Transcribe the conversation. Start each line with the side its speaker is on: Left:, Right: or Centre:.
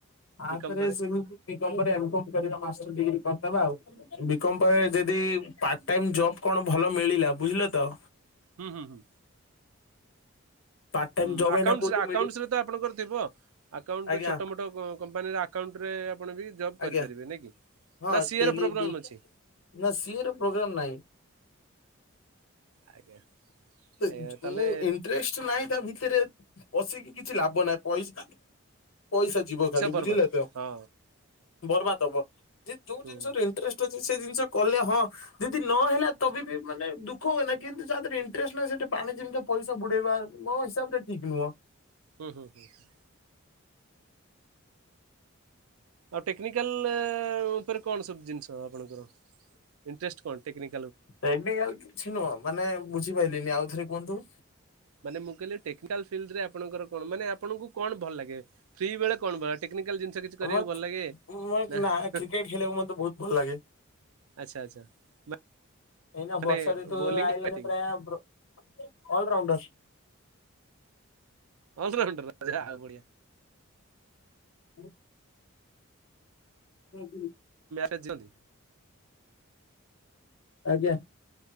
Right: ବିକମ୍
Left: ଆ'ପରେ
Right: ପରେ?
Left: ସେମିତି ବି କମ୍ କରିଆ, ମ୍ କମ୍ କରିଆ ମାସର ଡ଼ିଗ୍ରୀ କମ୍ ଦବା ଆଉ। ବି କମ୍
Right: ହୁଁ
Left: ପରେ ଯଦି, ପାର୍ଟ ଟାଇମ୍ ଜବ କଣ ଭଲ ମିଳିଲା? ବୁଝିଲ ତ!।
Right: ହୁଁ ହୁଁ ହୁଁ।
Left: ପାର୍ଟ ଟାଇମ
Right: ହୁଁ,
Left: ଜବ
Right: ଆକାଉଣ୍ଟସ୍
Left: ଏଇନା କୋଉଠି
Right: ଆକାଉଣ୍ଟସ୍
Left: ମିଳି
Right: ରେ ଆପଣଙ୍କର ଥିବ। ଆକାଉଣ୍ଟ
Left: ଆଜ୍ଞା
Right: ରେ ଛୋଟ ମୋଟ କ-କମ୍ପାନୀର ଆକାଉଣ୍ଟରେ ଆପଣ ବି ଜବ୍
Left: ଆଜ୍ଞା
Right: କରିପାରିବେ ନାଇକି?
Left: ହଁ
Right: ନା ସିଏର
Left: ଟେଲି
Right: ପ୍ରୋବ୍ଲେମ୍
Left: ବି
Right: ଅଛି।
Left: ନା ସିଏ ର ପ୍ରୋଗ୍ରାମ ନାହିଁ।
Right: ଆଜ୍ଞା।
Left: ଯ
Right: ଏ ତାହେଲେ
Left: ଉଁ ଇଣ୍ଟରେଷ୍ଟ ନାହିଁ ତା ଭିତରେ ବସିକି କିଛି ଲାଭ ନାହିଁ। ପଇସ ପଇସା ଯିବ ଖାଲି ବୁଝିଲେ
Right: ବର୍ବାଦ
Left: ତ!
Right: ହଁ
Left: ବର୍ବାଦ ହବ। ଯେ ଯୋଉ
Right: ହୁଁ
Left: ଜିନିଷ ରେ ଇଣ୍ଟରେଷ୍ଟ ଅଛି। ସେ ଜିନିଷ କଲେ ହଁ ଯଦି ନ ହେଲା ତବି ବି ମାନେ ଦୁଃଖ ହୁଏନା। କିନ୍ତୁ ଯା ଦେହରେ ଇଂଟରେ ଟ୍ରେଷ୍ଟ ନାହିଁ, ସେଠି ପାଣି ଜିମିତି ପଇସା ବୁଡେଇବା ହିସାବ ରେ ଠିକ୍ ନୁହଁ।
Right: ହୁଁ ହୁଁ ହୁଁ ହ। ଆଉ ଟେକ୍ନିକାଲ-ଅ ଉପରେ କଣ ସବୁ ଜିନିଷ ଆପଣଙ୍କର, ଇଂଟରେଷ୍ଟ କଣ? ଟେକ୍ନି
Left: ଟେକ୍ନିକାଲ କିଛି ନୁହଁ। ମାନେ ବୁଝିପାଇଲିନି। ଆଉ ଥରେ କୁହନ୍ତୁ।
Right: ମାନେ ମୁଁ, କହିଲି ଟେକ୍ନିକାଲ ଫିଲ୍ଡ ରେ ଆପଣଙ୍କର କଣ? ମାନେ ଆପଣଙ୍କୁ କଣ ଭଲ ଲାଗେ? ଫ୍ରୀ ବେଳେ କଣ ବଳ ଟେକ୍ ଟେକ୍ନିକାଲ ଜିନିଷ କିଛି
Left: ଆମ
Right: କରିବାକୁ ଭଲ ଲାଗେ,
Left: ମୁଁ
Right: ନା ହଁ,
Left: କ୍ରିକେଟ
Right: ହଁ।
Left: ଖେଳିବାକୁ ମତେ ବହୁତ ଭଲ ଲାଗେ।
Right: ଆଛା ଆଚ୍ଛା ନା
Left: ଏଇନା
Right: ମାନେ
Left: ବର୍ଷା ଋତୁ
Right: ବୋଲିଂ
Left: ଆଇଲା
Right: ବ୍ୟାଟିଂ
Left: ଯେ, ପ୍ରା ବ୍ରୋ ଅଲରାଉଣ୍ଡର୍
Right: ଅଲ୍ରାଉଣ୍ଡର! ଯା ହଉ ବଢ଼ିଆ।
Left: ହଁ <inaudible>
Right: ହେଜନ୍ତି।
Left: ଆଜ୍ଞା।